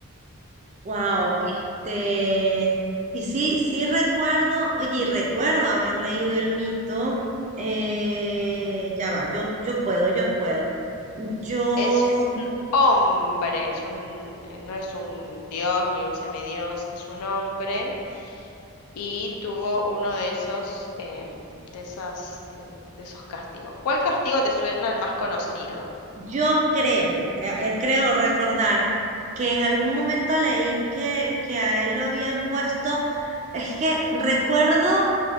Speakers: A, on the right; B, on the left.
A: wow, este... Y sí, sí recuerdo, oye, y recuerdo haber leído el mito. eh, ya va, yo, yo puedo, yo puedo. Yo,
B: Es un hombre, es un, eh, no es un dios ni un semidios, es un hombre y tuvo uno de esos, em, de esas, eh, de esos castigos. ¿Cuál castigo te suena el más conocido?
A: yo creo, eh, eh, creo recordar que en algún momento leí que, que a él lo habían puesto, es que recuerdo